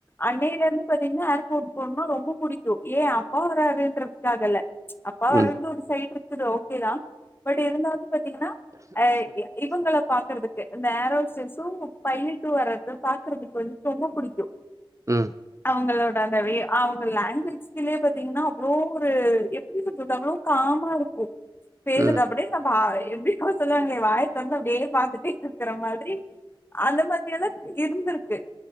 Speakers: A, on the left; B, on the right.
A: அன்னைல இருந்து பாத்தீங்னா டூர் போணுனா ரொம்ப புடிக்கு ஏ அப்பாவராருன்ற சாகல்ல அப்பா
B: ம் ம் ம் ம் ம்
A: வரந்து ஒரு சைடுருக் குது ஓகேதா பட் இருந்தாலூ பாத்தீங்கனா அ எ இவங்கள பாக்குறதுக் கு இந்த ஏர் ஹோஸ்ட்ரஸ்ஸூ பைலட்டு வர்றத பாக்குறதுக்கு வந்து ரொம்ப புடிக்கூ
B: ம்
A: அவங்களோட அந்த வே ஆ அவங்க லேங்குவேஜ்திலே பாத்தீங்கன்னா அவ்ளோ ஒரு எப்டி <unintelligible> அவ்ளோ காமா இருக் ஒ பேசுறது
B: ம்
A: அப்டியே
B: ம்
A: நம்ப ஆ எ எப்டி கூ சொல்வாங்களே வாய தெறந்தப்டியே பாத்துட்டே இருக்கிற மாதிரி அந்த மாதிரியல்லாத் இருந்திருக்கு